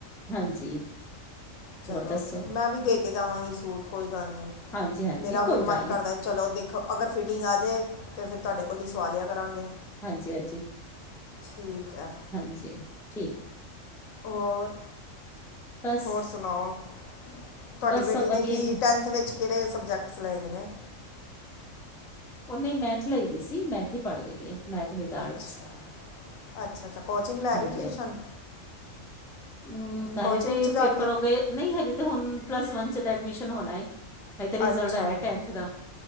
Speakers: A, in the centre; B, on the left.
A: ਹਾਂਜੀ।
B: ਚਲੋ,
A: ਹੋਰ ਦੱਸੋ
B: ਮੈਂ ਵੀ ਦੇ ਕੇ ਜਾਵਾਂਗੀ ਸੂਟ ਕੋਈ ਗੱਲ ਨੀ,
A: ਹਾਂਜੀ ਹਾਂਜੀ
B: ਮੇਰਾ ਹੁਨ
A: ਕੋਈ ਗੱਲ
B: ਮਨ
A: ਨੀ
B: ਕਰਦੈ ਚਲੋ ਦੇਖੋ ਅਗਰ ਫਿਟਿੰਗ ਆ ਜੇ ਤੇ ਫਿਰ ਤੁਆਡੇ ਕੋਲੋ ਹੀ ਸਵਾ ਲੇਆ ਕਰਾਂਗੇ,
A: ਹਾਂਜੀ ਹਾਂਜੀ
B: ਠੀਕ ਐ।
A: ਹਾਂਜੀ ਠੀਕ।
B: ਹੋਰ
A: ਬਸ
B: ਹੋਰ ਸੁਨਾਓ? ਤੁਹਾਡੀ
A: ਬਸ
B: ਬੇਟੀ
A: ਸਭ ਵਧੀਆ
B: ਨੇ, ਕਿ
A: ਹੀ
B: ਟੈਂਥ ਵਿੱਚ ਕੇੜੇ ਸਬਜੈਕਟਸ ਲਏ ਦੇ ਨੇ?
A: ਓਨੇ ਮੈਥ ਲਈ ਦੀ ਸੀ, ਮੈਥ ਹੀ ਪੜ ਰਈ ਐ। ਮੈਥ ਵਿਚ ਆਰਟਸ,
B: ਅੱਛਾ ਅੱਛਾ ਅੱਛਾ ਕੋਚਿੰਗ ਲੈ
A: ਹਾਂਜੀ-ਹਾਂਜੀ
B: ਰਹੀ ਟਿਊਸ਼ਨ
A: ਉੰ,
B: ਕੋਚਿੰਗ
A: ਹਜੇ ਤੇ
B: 'ਚ ਜਾ
A: ਪੇਪਰ
B: ਰਹੀ ਹੈ
A: ਹੋ ਗਏ। ਨਹੀਂ ਹਜੇ ਤੇ ਹੁਨ ਪਲੱਸ ਵਨ ਚ ਐਡਮਿਸ਼ਨ ਹੋਨਾ ਈ ਹਜੇ ਤੇ ਰਿਜ਼ਲਟ
B: ਅੱਛਾ
A: ਆਏਆ ਟੈਨਥ ਦਾ